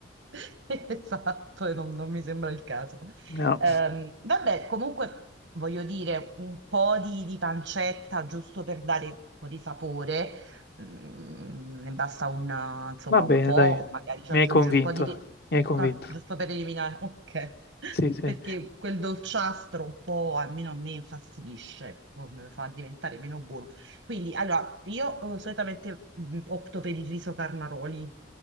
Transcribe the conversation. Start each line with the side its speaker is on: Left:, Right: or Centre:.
Right: <laughs> Esatto, e non, non mi sembra il caso.
Left: No,
Right: Ehm, vabbè, comunque voglio dire un po' di, di pancetta giusto per dare un po' di sapore. Mm, ne basta un, eh, insomma,
Left: va bene,
Right: un po',
Left: dai,
Right: magari ci
Left: mi
Right: aggiungi
Left: hai convinto,
Right: un po' di... pe-
Left: mi hai convinto.
Right: No, giusto per eliminare, ok. <laughs>
Left: Sì, sì.
Right: Perché quel dolciastro un po', almeno a me, infastidisce, poi me lo fa diventare meno buono. Quindi, allora, io eh, solitamente mm, opto per il riso carnaroli